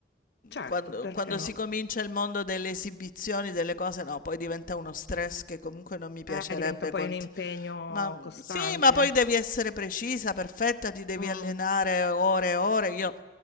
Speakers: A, on the left; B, on the left.
A: Certo,
B: quando,
A: perché
B: quando
A: no?
B: si comincia il mondo delle esibizioni, delle cose, no, poi diventa uno stress che comunque non mi piacerebbe
A: Eh, diventa poi
B: conti-
A: un impegno
B: Ma, mhmm,
A: costante.
B: sì, ma poi devi essere precisa, perfetta, ti devi
A: Mm.
B: allenare ore e ore. Io